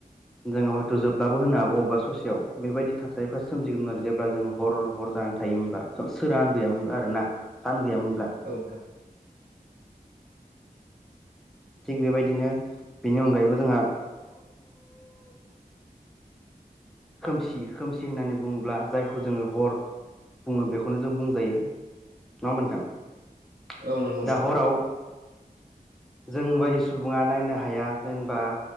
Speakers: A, in the centre; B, on the right.
A: जोंङो हयथ' जोबना बब होना हागौ अबेबा ससेयाव बेबायदि थासारिफ्रा सोमजगोमोन आरो जेब्ला जों हर हर जानानै थायोमोन बा स सोराङा गैयामोनब्ला आरो ना सान गैयामोनब्ला
B: औ नोंथां
A: थिग बेबायदिनो बेनि अनगायैबो जोंहा खोमसि खोमसि होननानै बुङोब्ला जायखौ जोंङो हर बुङो बेखौनो जों बुंजायो। नङा होमब्ला नोंथां
B: औ औ नंगौ
A: दा हराव जोंबायदि सुबुङा नायनो हाया जेनबा